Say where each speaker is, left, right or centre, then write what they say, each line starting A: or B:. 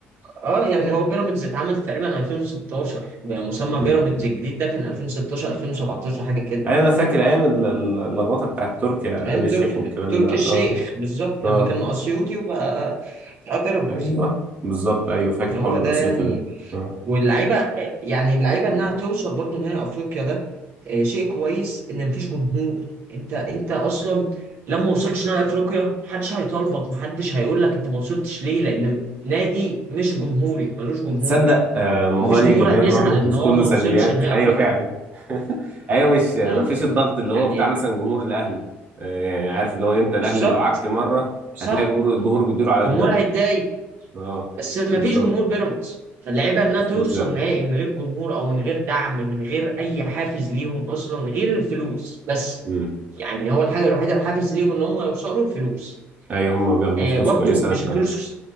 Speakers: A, on the right; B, on the right.
A: اه يعني هو بيراميدز اتعمل تقريبا 2016 بمسمى
B: مم.
A: بيراميدز الجديد ده كان 2016 2017 حاجة كده
B: يعني انا فاكر ايام ال- ال- اللخبطه بتاعت تركيا
A: فاهم
B: آل
A: تركي
B: الشيخ والكلام
A: تركي
B: ده اه
A: الشيخ بالظبط لما
B: اه
A: كان اسيوطي وبقى بقى بيراميدز
B: ايوه بالظبط ايوه فاكر
A: هو
B: حوار الاسيوطي
A: ده يعني
B: ده آه.
A: واللعيبه يعني اللعيبه انها توصل برضو نهائي افريقيا ده آه، شيء كويس ان مفيش جمهور انت انت اصلا لما وصلتش نهائي افريقيا محدش هيطالبك محدش هيقول لك انت ما وصلتش ليه لان نادي مش جمهوري ملوش جمهور
B: تصدق آه، الموضوع
A: مفيش
B: ليه
A: جمهور
B: ايجابيات
A: هتزعل
B: برضه
A: ان
B: مش
A: هو
B: كله
A: ما
B: سلبيات
A: وصلش نهائي
B: ايوه
A: افريقيا
B: فعلا <laughs> ايوه مش ما
A: امم
B: فيش الضغط اللي
A: يعني
B: هو بتاع مثلا جمهور الاهلي آه، يعني عارف اللي هو انت الاهلي
A: بالظبط
B: لو عك مره
A: صح
B: هتلاقي جمهور الجمهور بيديله
A: الجمهور
B: على دماغه
A: هيتضايق
B: اه
A: بس ما
B: بالظبط
A: فيش جمهور بيراميدز فاللعيبه انها
B: مفيش
A: توصل
B: لا
A: نهائي من غير جمهور او من غير دعم من غير اي حافز ليهم اصلا غير الفلوس بس
B: مم.
A: يعني هو الحاجه الوحيده الحافز ليهم ان هم يوصلوا الفلوس
B: ايوه هم بياخدوا
A: آه
B: فلوس
A: برضو
B: كويسه
A: مش
B: ف
A: الفلوس